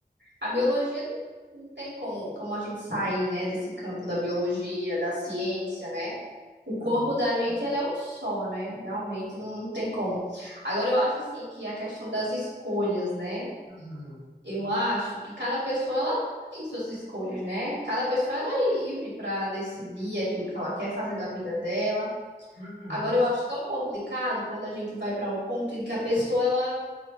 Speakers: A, on the right; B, on the left.
A: A biologia não, não tem como, como a gente sair, né, desse campo da biologia, da ciência, né? O corpo
B: Uhum,
A: da gente, ele é um só, né? Realmente não tem como. Agora, eu acho, assim, que a questão das escolhas, né?
B: uhum,
A: Eu acho que cada pessoa, ela tem suas escolhas, né? Cada pessoa, ela é livre para decidir aquilo que ela quer fazer da vida dela.
B: uhum,
A: Agora, eu acho tão complicado quando a gente vai para o ponto de que a pessoa, ela